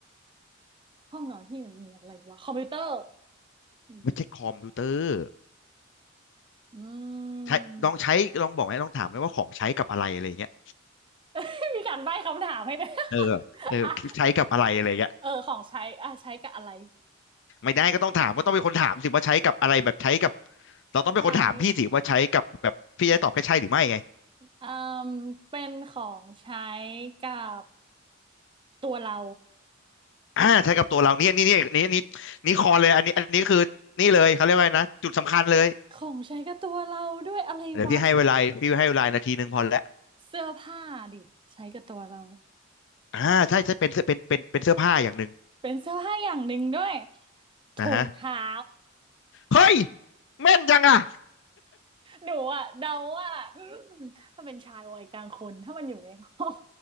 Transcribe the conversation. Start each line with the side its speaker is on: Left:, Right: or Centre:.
Right: ห้องนอนที่มันมีอะไรวะ คอมพิวเตอร์อืม
Left: ไม่ใช่คอมพิวเตอร์
Right: <laughs> อื
Left: ใช้ลองใช้ลองบอกไหมลองถามไหมว่าของใช้กับอะไรอะไรเงี้ย
Right: ม <laughs> มีการใบ้คำถามให้ด้วย
Left: เออแบบเออใช้กับอะไรอะไรเงี้ย
Right: <laughs> อ่ะเออของใช้อ่ะใช้กับอะไร
Left: ไม่ได้ก็ต้องถามก็ต้องเป็นคนถามสิว่าใช้กับอะไรแบบใช้กับเราต้องเป็นคนถามพี่สิว่าใช้กับแบบพี่จะตอบแค่ใช่หรือไม่ไง
Right: ใช้เอ่มเป็นของใช้กับตัวเรา
Left: อ่าใช้กับตัวเราเนี่ยนี่นี่นี่นี่นี่คอเลยอันนี้อันนี้คือนี่เลยเขาเรียกว่าไงนะจุดสำคัญเลย
Right: ของใช้กับตัวเราด้วยอะไรวะ
Left: เดี๋ยวพี่ให้เวลาพี่ให้เวลานาทีหนึ่งพอแล้ว
Right: เสื้อผ้าดิใช้กับตัวเรา
Left: อ่าใช่ใช่เป็นเสื้อเป็นเป็นเป็นเสื้อผ้าอย่างหนึ่ง
Right: เป็นเสื้อผ้าอย่างหนึ่งด้วยถุงเท้า
Left: นะฮะเฮ้ยแม่นจังอ่ะ
Right: หนูอะเดาว่าอืมถ้าเป็นชายวัยกลางคน ถ้ามันอยู่ในห้อง